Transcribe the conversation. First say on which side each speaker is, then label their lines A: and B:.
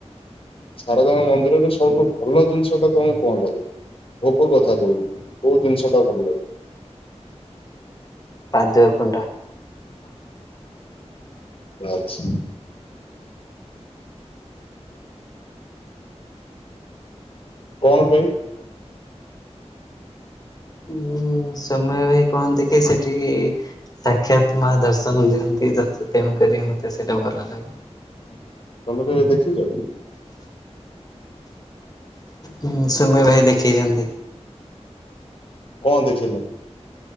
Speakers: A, on the left; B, on the left.
A: ଶାରଦାଙ୍କ ମନ୍ଦିରରେ ସବୁଠୁ ଭଲ ଜିନିଷଟା ତମୁ କଣ ଲାଗେ? ଭୋଗ କଥା କହୁନି ମ କୋଉ ଜିନିଷଟା ଭଲ ଲାଗେ?
B: ପାଦକୁଣ୍ଡା।
A: ଉଆଛି। କଣ ପାଇଁ?
B: ଉଁ ସୁମୟ ଭାଇ କହନ୍ତି କି ସେଠି ସାକ୍ଷାତ ମା ଦର୍ଶନ ଦିଅନ୍ତି ଦଶ୍ ତେଣୁକରି ମତେ ସେଇଟା ଭଲ ଲାଗେ।
A: <inaudible> ତମେ କେବେ ଦେଖିଚ?
B: ମୁଁ ସୁମୟ ଭାଇ ଦେଖିଚନ୍ତି।
A: କଁ ଦେଖିଲ?